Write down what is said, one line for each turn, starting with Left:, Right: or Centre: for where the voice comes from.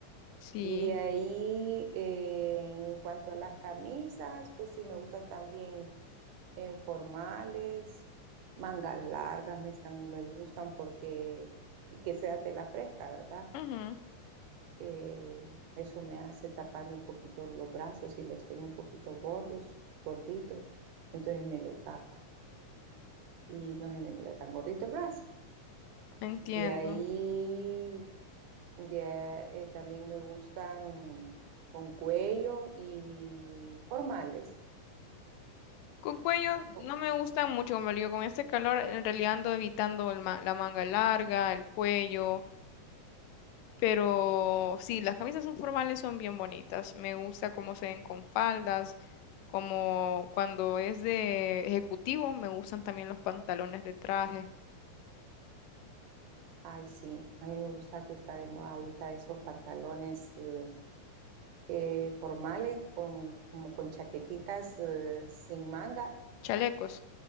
Left: Sí,
Right: Y de ahí, eh, en cuanto a las camisas, pues sí, me gusta también eh, formales, mangas largas me están, me gustan porque, y que sea tela fresca, ¿verdad?
Left: ujú,
Right: Eh, eso me hace taparme un poquito los brazos y los tengo un poquito gordos, gorditos, entonces me lo tapa y no se me mira tan gordito el brazo.
Left: Entiendo.
Right: De ahí, de, eh, también me gustan con cuello y formales.
Left: Con cuello
Right: Oh,
Left: no me gustan mucho, como le digo, con este calor en realidad ando evitando el ma- la manga larga, el cuello, pero sí, las camisas son formales son bien bonitas. Me gusta cómo se ven con faldas, como cuando es de ejecutivo, me gustan también los pantalones de traje,
Right: ay, sí, a mí me gusta que está de moda ahorita esos pantalones. eh, eh, formales con, como con chaquetitas eh, sin manga,
Left: chalecos.